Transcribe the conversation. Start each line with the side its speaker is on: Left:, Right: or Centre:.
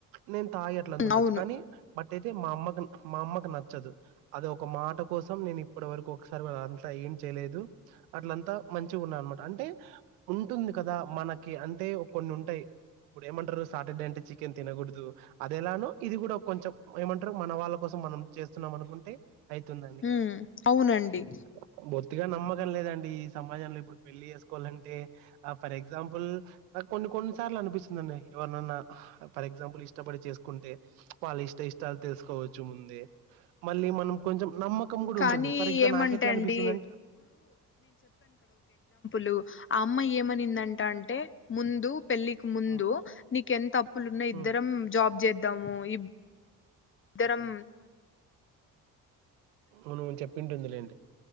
Right: నేను తాగి అట్లంత ఉండొచ్చు
Left: అవును
Right: కానీ బట్ టైతే మా అమ్మకు మా అమ్మకు నచ్చదు అది ఒక మాట కోసం నేను ఇప్పడి వరకు ఒకసారి కూడ <unintelligible> అంత అయి ఏం చేయలేదు అట్లంతా మంచిగ ఉన్నా అనమాట అంటే ఉంటుంది కదా మనకి అంటే కొన్ని ఉంటాయ్ ఇప్పుడు ఏమంటారు సాటర్డే అంటే చికెన్ తినకూడదు అదేలానో ఇది కూడా కొంచెం ఏమంటరు మన వాళ్ళ కోసం మనం చేస్తున్నాం అనుకుంటే అయితుందండి
Left: ఉమ్ అవునండి
Right: <unintelligible> ట్టిగా నమ్మకం లేదండి ఈ సమాజంలో ఇప్పుడు పెళ్లి చేసుకోవాలంటే ఆ ఫర్ ఎగ్సాంపుల్ నా కొన్ని కొన్ని సార్లు అనిపిస్తుందండి ఎవరినన్నా ఫర్ ఎగ్జాంపుల్ ఇష్టపడి చేసుకుంటే వాళ్ళు ఇష్ట ఇ ఇష్ట తెలుసుకోవచ్చు ముందే మళ్ళీ మన కొంచెం నమ్మకం కూడా
Left: కానీ
Right: ఉంటుంది ఫర్ ఎగ్జాపుల్
Left: ఏమంటే
Right: నాకు ఎట్లా అనిపిస్తుందింటే
Left: అండి లు ఆ అమ్మయి ఏమనిందంట అంటే ముందు ముందు పెళ్ళకి ముందు
Right: ఉమ్
Left: నీక ఎంత అప్పులున్నా ఇద్దరం
Right: ఉమ్
Left: జాబ్ చే ము ఇ ఇద్దరం
Right: వు నువ్వు చెప్పింటుందిలేండి